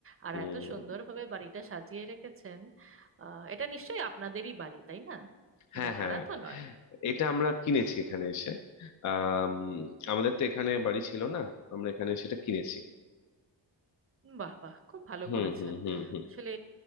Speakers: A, on the right (about 30°); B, on the left (about 45°).
A: আর
B: উম,
A: এত সুন্দরভাবে বাড়িটা সাজিয়ে রেখেছেন আহ, এটা নিশ্চয়ই আপনাদেরই বাড়ি তাই না মানে
B: হ্যাঁ
A: ভাড়া
B: হ্যাঁ
A: তো নয়
B: এটা আমরা কিনেছি এখানে এসে আম, আমাদের তো এখানে বাড়ি ছিল না আমরা এখানে সেটা কিনেছি
A: বাহ বাহ খুব ভালো
B: হুম
A: করেছেন
B: হুম হুম হুম
A: আসলে